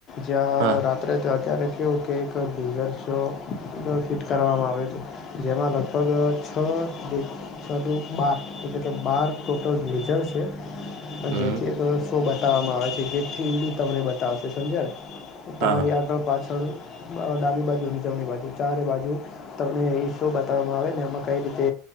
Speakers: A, on the left; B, on the right.
A: જ્યા
B: હા
A: રાત્રે. ત્યારે કેવું કે એક <unintelligible> છો ફિટ કરવામાં આવે છે. જેમાં લગભગ છ સાધુ બાર એટલે કે બાર ટોટલ ગ્લેજર છે.
B: હમ
A: જેથી એક શો બતાવવામાં આવે છે જેથીડી તમને બતાવશે સમજાય ને.
B: હા
A: તમારી આગળ પાછળ ડાબી બાજુ અને જમણી બાજુ ચારે બાજુ તમને બતાવવામાં આવે ને એમાં કઈ રીતે